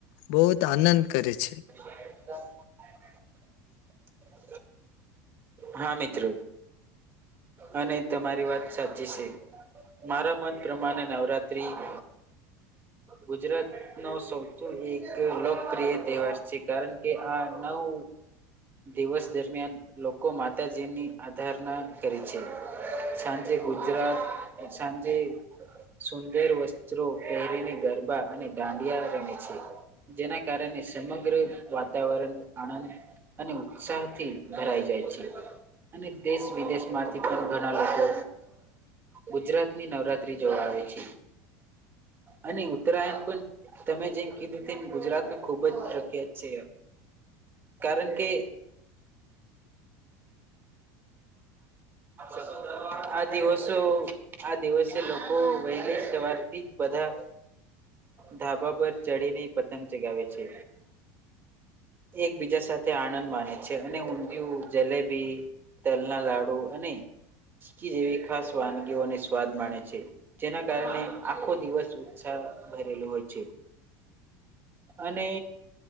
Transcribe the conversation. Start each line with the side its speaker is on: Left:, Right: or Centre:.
Left: બહુત આનંદ કરે છે.
Right: <unintelligible> હા મિત્રો અને તમારી વાત સાચી છે. મારા મત પ્રમાણે નવરાત્રી <inaudible> ગુજરાતનો સૌથી એક લોકપ્રિય તહેવાર છે કારણ કે આ નવ દિવસ દરમિયાન લોકો માતાજીની આધારના કરી છે, સાંજે ગુજરાત <unintelligible> સાંજે સુંદર વસ્ત્રો પહેરીને ગરબા અને દાંડિયા રમે છે. જેના કારણે સમગ્ર વાતાવરણ આણંદ અને ઉત્સાહથી ભરાઈ જાય છે. અને દેશ વિદેશમાંથી પણ ઘણા લોકો ગુજરાતની નવરાત્રી જોવા આવે છે. અને ઉત્તરાયણ પણ તમે જેમ કીધું તેમ ગુજરાત ખુબ જ પ્રખ્યાત છે. કારણ કે <unintelligible> આ દિવસો આ દિવસે લોકો વહેલી સવારથી જ બધા ધાબા પર ચડીને પતંગ ચગાવે છે. એકબીજા સાથે આનંદ માને છે, અને ઊંધિયું, જલેબી તલના લાડુ અને ચીકી જેવી ખાસ વાન બો અને સ્વાદ માણે છે જેના કારણે આખો દિવસ ઉત્સાહ ભરેલો હોય છે. અને